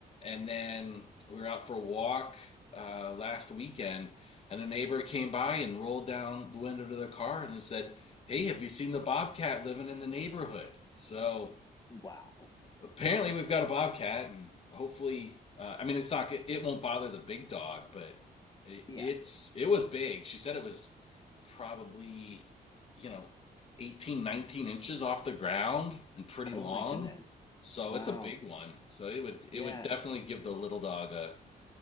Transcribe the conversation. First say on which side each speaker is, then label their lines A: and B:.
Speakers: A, on the left (about 40°); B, on the left (about 25°).
A: And then we were out for a walk uh, last weekend, and a neighbor came by and rolled down the window to their car and said, hey, have you seen the bobcat living in the neighborhood? So
B: Wow.
A: apparently we've got a bobcat, and hopefully, uh, I mean, it's not it, it won't bother the big dog, but it,
B: Yeah.
A: it's it was big. She said it was probably you know 18, 19 inches off the ground and pretty long.
B: Oh my goodness.
A: So
B: Wow.
A: it's a big one. So it would it
B: Yeah.
A: would definitely give the little dog a